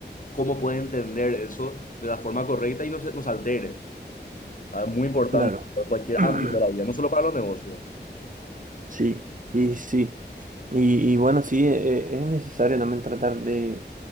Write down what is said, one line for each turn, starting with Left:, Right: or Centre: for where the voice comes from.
Left: cómo puede entender eso de la forma correcta y no se nos altere. O sea, es muy importante
Right: claro.
Left: en cualquier
Right: <clears throat>
Left: ámbito de la vida, no solo para los negocios.
Right: Sí, sí, sí. Y, y bueno, sí, e- e- es necesario también tratar de